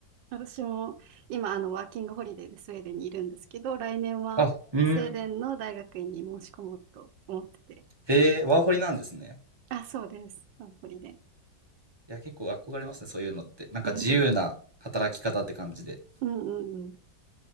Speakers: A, on the right; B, on the right.
A: 私も今あのワーキングホリデーでスウェーデンにいるんですけど、来年はスウェーデンの大学院に申し込もうと思ってて。
B: あ、うん。へえ、ワーホリなんですね。
A: うんあ、そうです。ワーキングホリデー。
B: いや、結構憧れますね、そういうのって。なんか自由な働き方って感じで。
A: うんうんうん